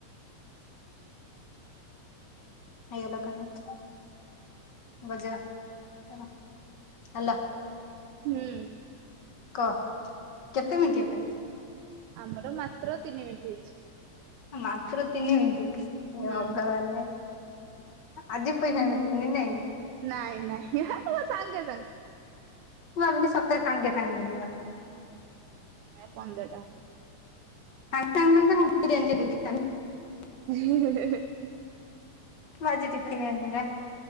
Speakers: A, on the left; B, on the right.
A: <unintelligible> <unintelligible> ହେଲା।
B: ହୁଁ।
A: କହ କେତେ ମିନିଟ୍ ହେଲାଣି?
B: ଆମର ମାତ୍ର ତିନି ମିନିଟ୍ ହେଇଚି।
A: ମାତ୍ର ତିନି ମିନିଟ୍ ଭଗବାନେ।
B: ହୁଁ
A: ଆଜି ପଇସା ମିଳିବନି ନାଇଁ? ମୁଁ
B: ନାଇଁ ନାଇଁ <unintelligible> ସାଙ୍ଗେ ସାଙ୍ଗେ।
A: ଭାବିଲି ସାଙ୍ଗେ ସାଙ୍ଗେ ମିଳିବନି।
B: ପନ୍ଦର ଟା।
A: <unintelligible>
B: <unintelligible>
A: ମୁଁ ଆଜି ଟିଫିନ୍ ଆଣିନି ପା।